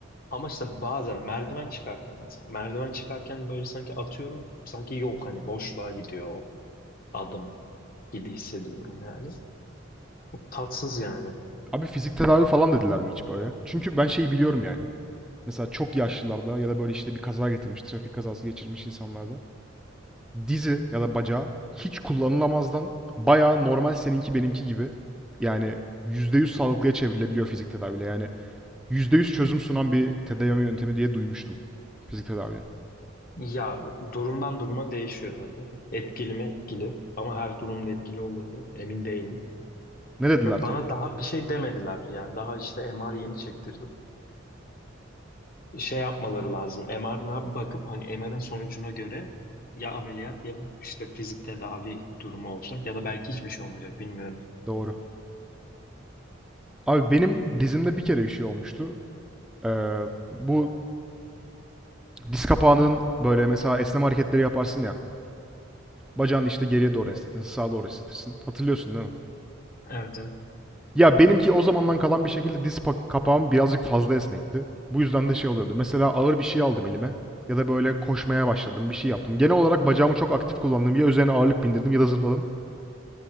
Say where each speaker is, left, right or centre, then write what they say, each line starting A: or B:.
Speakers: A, on the left; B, in the centre.
A: Ama işte bazen merdiven çıkarken mesela. Merdiven çıkarken böyle sanki atıyorum. Sanki yok hani boşluğa gidiyor o adım gibi hissediyorum yani. Çok tatsız yani.
B: Abi fizik tedavi falan dediler mi hiç böyle? Çünkü ben şeyi biliyorum yani. Mesela çok yaşlılarda ya da böyle işte bir kaza getirmiş, trafik kazası geçirmiş insanlarda. dizi ya da bacağı hiç kullanılamazdan bayağı normal seninki benimki gibi yani %100 sağlıklıya çevrilebiliyor fizik tedaviyle. Yani %100 çözüm sunan bir tedavi yöntemi diye duymuştum fizik tedavinin.
A: Ya durumdan duruma değişiyor tabii. Etkili mi etkili ama her durumda etkili olur mu emin değilim.
B: Ne dediler
A: Ya
B: sana?
A: bana daha bir şey demediler yani daha işte MR yeni çektirdim. Şey yapmaları lazım MR'a bakıp hani MR'ın sonucuna göre ya ameliyat ya işte fizik tedavi durumu olacak ya da belki hiçbir şey olmayacak bilmiyorum.
B: Doğru. Abi benim dizimde bir kere bir şey olmuştu. Ee, bu diz kapağının böyle mesela esneme hareketleri yaparsın ya. Bacağını işte geriye doğru esnetirsin, sağa doğru esnetirsin. Hatırlıyorsun değil mi?
A: Evet, evet.
B: Ya benimki o zamandan kalan bir şekilde diz pa- kapağım birazcık fazla esnekti. Bu yüzden de şey oluyordu. Mesela ağır bir şey aldım elime ya da böyle koşmaya başladım, bir şey yaptım. Genel olarak bacağımı çok aktif kullandım. Ya üzerine ağırlık bindirdim ya da zıpladım.